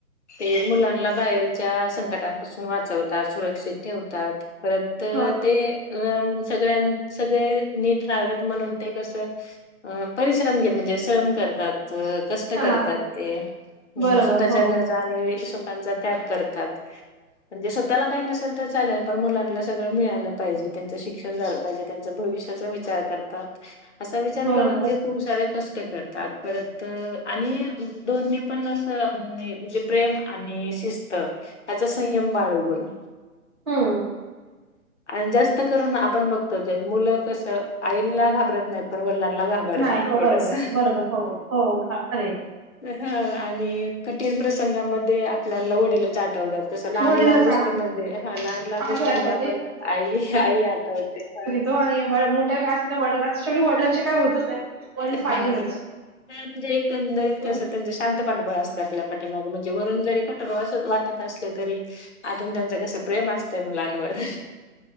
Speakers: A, on the left; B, on the right.
A: ते मुलांना बाहेरच्या संकटापासून वाचवतात सुरक्षित ठेवतात. परत
B: हा
A: ते- सगळ सगळे नीट रहावेत म्हणून ते कस परिश्रम घेत म्हणजे, श्रम करतात. कष्ट
B: हा
A: करतात ते. नई
B: बरोबर
A: स्वतःच्या
B: हो
A: गरजा आणि सुखांचा त्याग करतात. म्हणजे स्वतःला काही नसेल तर चालेल, पण मुलांना सगळं मिळालं पाहिजे. त्यांचं शिक्षण झालं पाहिजे, त्यांचं भविष्याच विचार करतात. असा विचार
B: बरोबर
A: करून ते खूप सारे कष्ट करतात. परत आणि दोन्ही पण असं मे -म्हणजे प्रेम आणि शिस्त त्याचा संयम बाळगून
B: हम्म
A: आणि जास्त कष्ट करुन आपण बघतो जे मुलं कसं, आईना घाबरत नाहीत. पण व डिलांना घाबरतात
B: नाही हो
A: थोडसं.
B: बरोबर बरोबर हो हो खरे
A: हं हं आणि कठीण प्रसंगामध्ये आपल्याना वडीलच आठवतात. जस लहान
B: वडीलच
A: लहान गोष्टीमध्ये
B: आठवत
A: ह लहान लहान
B: आई
A: गोष्टीमध्ये
B: आठवते
A: आपण आई आई आठवते. हं
B: हो आणि मोठ्या काय असल वडलां शेवटी वडिलांचे काय होतच नाही, वडील
A: हां.
B: पाहिजेलच.
A: म्हणजे एकंदरीत
B: हम्म
A: कसं त्यांचं शांत पाठबळ असत आपल्या पाठीमाग, म्हणजे वरून जरी कठोर वाटत असले तरी, आतून त्यांच कस प्रेम आस तय मुलानवर.